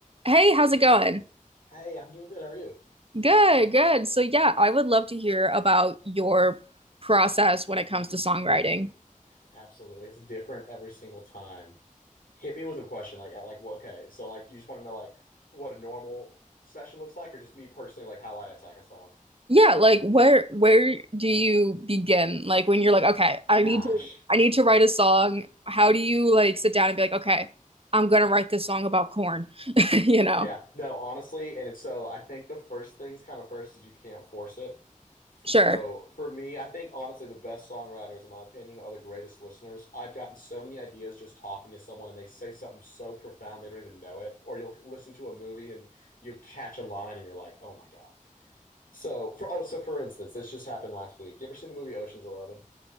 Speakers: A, on the right (about 45°); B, on the left (about 80°).
A: Hey, how's it going?
B: Hey, I'm doing good. How are you?
A: Good, good. So yeah, I would love to hear about your process when it comes to songwriting.
B: Absolutely. It's different every single time. Hit me with a question like at like what- okay, so like do you just want to know like what a normal session looks like or just me personally like how I attack a song?
A: Yeah, like where where do you begin? Like when you're like, okay, I
B: Gosh.
A: need to I need to write a song. How do you like sit down and be like, okay, I'm gonna write this song about corn, <laughs> you know?
B: Yeah, no, honestly, and it's so I think the first things kind of first is you can't force it.
A: Sure.
B: F- So for me, I think honestly the best songwriters in my opinion are the greatest listeners. I've gotten so many ideas just talking to someone and they say something so profound they don't even know it or you'll listen to a movie and you'll catch a line and you're like, "Oh my God." So for oh, so for instance, this just happened last week. You ever seen the movie Ocean's Eleven?